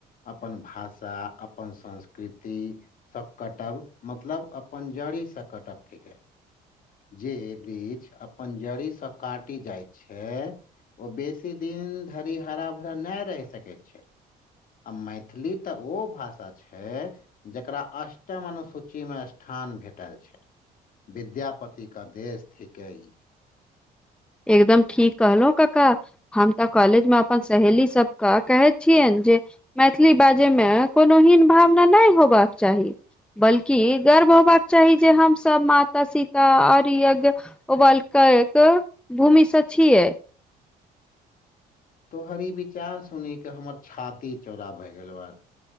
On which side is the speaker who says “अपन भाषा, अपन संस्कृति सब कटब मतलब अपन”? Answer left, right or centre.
Left